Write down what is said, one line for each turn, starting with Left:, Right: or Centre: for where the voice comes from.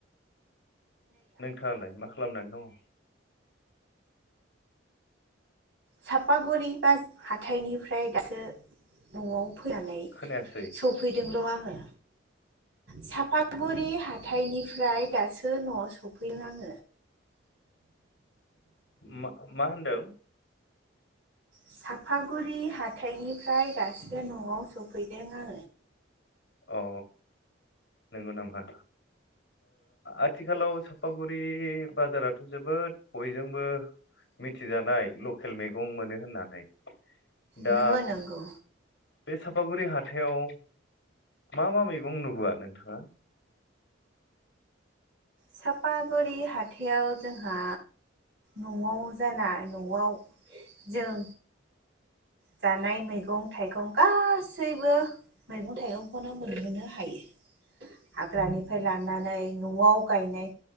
Left: नोंथाङालाय मा खालामनानै दङ?
Right: सापागुरि बा हाथाइनिफ्राय दासो नआव फैनानै
Left: खोनायासै
Right: सफैदोंल आङो साफागुरि हा हाथायनिफ्राय दासो नआव सफैलाङो
Left: मा मा होनदों?
Right: साफागुरि हाथाइनि ओमफ्राय दासो नआव सौफै बेनो
Left: अ नंगौ नामा आथिखालाव सापागुरि बाजाराथ जोबोद बयजोंबो मिथिजानाय लकेल मैगं मोनो होननानै दा
Right: नोङो नंगौ
Left: बे सापागुरि हाथायाव मा मा मैगं नुबोआ नोंथाङा?
Right: साफागुरि हाथायाव जोंहा नआव जाना नआव जों जानाय मैगं थाइगं गासैबो मैगं थाइगंखौनो मोनहोनो हायो हाग्रानिफ्राय लानानै नआव गायनाय